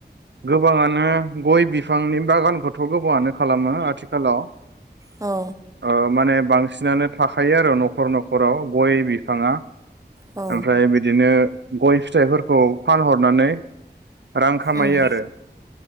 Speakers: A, on the right; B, on the right.
A: गोबांयानो गय बिफांनि बागानखौथ' गो हआनो खालामो आथिखालाव।
B: औ
A: ओ माने बांसिनानो थाखायो आरो न'खर न'खराव गय बिफाङा
B: औ
A: ओमफ्राय बिदिनो गय फिथाइफोरखौ फानहरनानै रां खामायो
B: उम
A: आरो